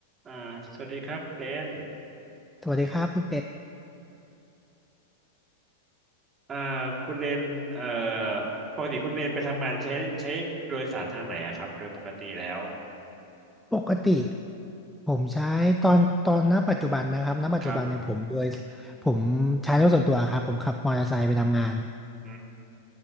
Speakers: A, on the right; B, in the centre.
A: อ่าสวัสดีครับคุณเลน
B: สวัสดีครับคุณเป็ด
A: อ่าคุณเลนเอ่อปกติคุณเลนไปทำงานใช้ใช้โดยสารทางไหนอะครับ โดยปกติแล้ว
B: ปกติผมใช้ตอนตอนณปัจจุบันนะครับณปัจจุบันเนี่ยผมโดย
A: ครับ
B: ผมใช้รถส่วนตัวครับผมขับมอเตอร์ไซค์ไปทำงาน
A: อืม